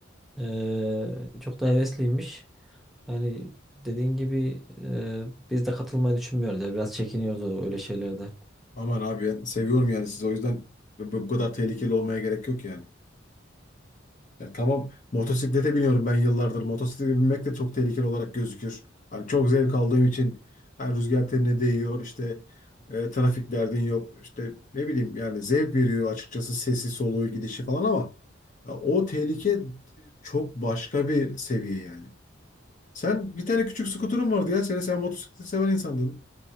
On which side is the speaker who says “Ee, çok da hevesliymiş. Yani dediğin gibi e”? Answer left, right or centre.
Centre